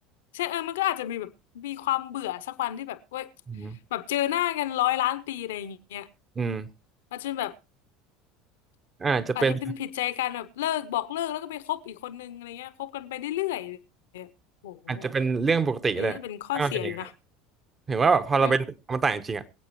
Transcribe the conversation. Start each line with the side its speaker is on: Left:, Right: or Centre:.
Left: ใช่เออมันก็อาจจะมีแบบมีความเบื่อสักวันที่แบบเว้ย
Right: อืม
Left: แบบเจอหน้ากันร้อยล้านปีอะไรอย่างเงี้ย
Right: อืม
Left: อาจจะแบบ
Right: อาจจะเป็น
Left: อาจจะเป็นผิดใจกันแบบเลิกบอกเลิกแล้วก็ไปคบอีกคนนึงอะไรเงี้ยคบกันไปเรื่อยๆเนี่ยโอ้โห
Right: อาจจะเป็นเรื่องปกติก็ได้ถ้ามันเป็นอย่างนั้น
Left: อันนี้น่าจะเป็นข้อเสียอยู่นะ
Right: เห็นว่าแบบพอเราไปเอามาต่างจริงๆอ่ะ
Left: อืม